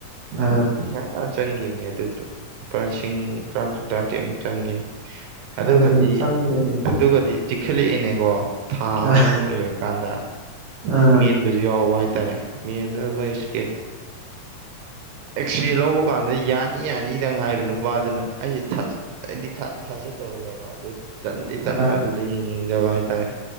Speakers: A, on the right; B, on the right.
A: ꯑꯥ
B: ꯄꯩꯁꯥ ꯆꯪꯈꯤꯕꯅꯦ ꯑꯗꯨꯁꯨ ꯂꯨꯄꯥ ꯂꯤꯁꯤꯡ ꯇꯔꯥꯇꯔꯨꯛ ꯇ꯭ꯔꯥꯇꯦꯠ ꯃꯨꯛ ꯆꯪꯒꯤꯅꯦ ꯑꯗꯨꯒꯗꯤ
A: ꯑꯗꯨꯅꯤ ꯆꯪꯕꯅꯤ
B: ꯑꯗꯨꯒꯗꯤ ꯈꯦꯂꯛ ꯑꯦꯅꯦꯀꯣ ꯊꯥ
A: ꯑꯥ
B: ꯑꯃꯃꯨꯛ ꯂꯩꯔꯀꯥꯟꯗ
A: ꯑꯥ
B: ꯃꯦꯟꯕꯁꯨ ꯌꯥꯎꯕ ꯍꯥꯏꯇꯥꯔꯦ ꯃꯣꯏ ꯏꯁ ꯑꯦꯛꯁꯔꯦ ꯂꯧꯕ ꯀꯥꯟꯗ ꯌꯥꯅꯤ ꯌꯥꯅꯤꯗꯪ ꯍꯥꯏꯕ ꯅꯨꯄꯥꯗꯨꯅ ꯑꯩꯁꯦ ꯊꯥꯖ ꯑꯩꯗꯤ ꯊꯥꯗꯤ ꯊꯥꯖꯗꯕꯅꯦꯕ ꯑꯗꯨ ꯇꯟꯗꯤ ꯇꯟꯕ
A: ꯑꯥ
B: ꯑꯗꯨꯗ ꯌꯦꯡ ꯎꯖꯕ ꯍꯥꯏꯇꯥꯔꯦ